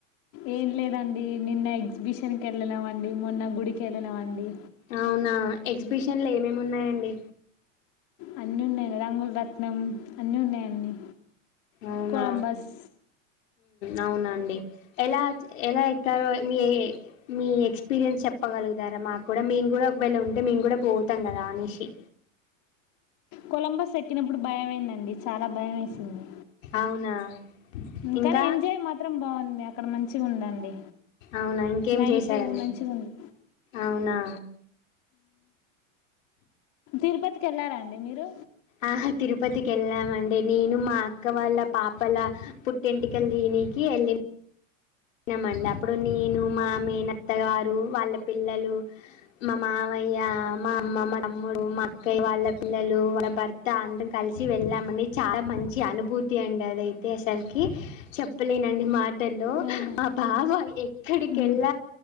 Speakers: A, on the left; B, on the left.
A: ఏం లేదండి నిన్న ఎగ్జిబిషన్కి వెళ్ళినాండి మొన్న గుడికి వెళ్ళినామండి
B: అవునా ఎగ్జిబిషన్లు ఏమేమి ఉన్నాయండి
A: అన్నిీ ఉన్నాయి రంగుల రత్నం అన్నీ ఉన్నాయి అండి
B: అవునా
A: కొలంబస్
B: అవునండి ఎలా ఎలా ఎక్క మీ మీ ఎక్స్పీరియన్స్ చెప్పగలుగుతారా మాకు కూడా మేము కూడా ఒకవేళ ఉంటే మేము కూడా పోతాం కదా అనిషి
A: కొలంబస్ ఎక్కినప్పుడు భయమైందండి చాలా భయం వేసింది
B: అవునా ఇంకా
A: కానీ ఎంజాయ్ మాత్రం బాగుంది అక్కడ మంచిగా ఉందండి
B: అవునా ఇంకేం
A: నైట్
B: చేశారండి
A: మంచిగా ఉంది
B: అవునా
A: తిరుపతికి వెళ్ళారండి మీరు
B: ఆ తిరుపతికి వెళ్ళామండి నేను మా అక్క వాళ్ళ పాపల పుట్టింటికలు దీనికి వెళ్ళిన న మండి అప్పుడు నేను మా మేనత్తగారు వాళ్ళ పిల్లలు మా మామయ్య మా అమ్మ మా తమ్ముడు మా అక్కయ్య వాళ్ళ పిల్లలు వాళ్ళ భర్త అందరం కలిసి వెళ్ళామండి చాలా మంచి అనుభూతి అండి అదైతే అసలుకి చెప్పలేనండి మాటల్లో
A: అవునా
B: ఆ బావ ఎక్కడికెళ్ళ
A: మ్మ్.